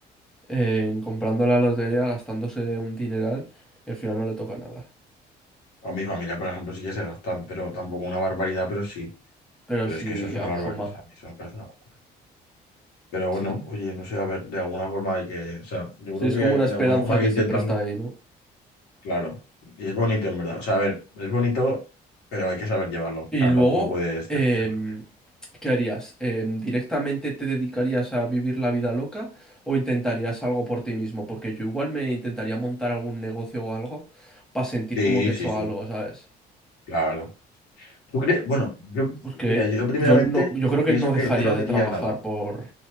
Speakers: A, in the centre; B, on the left.
A: en comprando la lotería, gastándose un dineral y al final no le toca nada.
B: a mi familia, por ejemplo, sí que se gastan, pero tampoco una barbaridad, pero sí.
A: Pero
B: Pero
A: si
B: es que eso es una
A: aún
B: barbaridad,
A: suma,
B: o sea, a mí eso me parece una locura. Pero bueno,
A: sí.
B: oye, no sé, a ver, de alguna forma hay que, o sea, yo
A: Sí,
B: creo
A: es
B: que
A: como una esperanza
B: de alguna forma hay
A: que
B: que intentarlo.
A: siempre está ahí, ¿no?
B: Claro, y es bonito en verdad. O sea, a ver, es bonito, pero hay que saber llevarlo. O
A: Y
B: sea,
A: luego...
B: tampoco puedes
A: em,
B: ce- cebarte.
A: ¿Qué harías? Eh, ¿directamente te dedicarías a vivir la vida loca o intentarías algo por ti mismo? Porque yo igual me intentaría montar algún negocio o algo para sentir
B: Sí,
A: como que he
B: sí,
A: hecho
B: sí,
A: algo, ¿sabes?
B: claro. ¿Tú crees? Bueno, yo,
A: Porque
B: mira, yo primeramente
A: yo no, yo creo
B: eh, pienso
A: que no
B: que
A: dejaría
B: yo no
A: de
B: diría
A: trabajar
B: nada.
A: por,